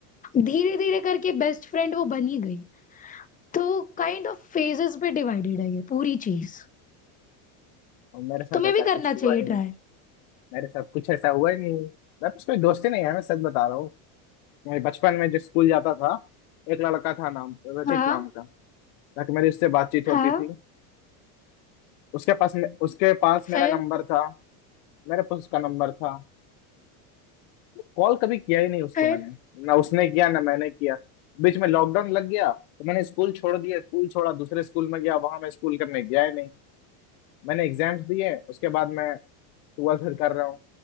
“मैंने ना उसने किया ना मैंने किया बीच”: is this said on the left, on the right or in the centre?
Left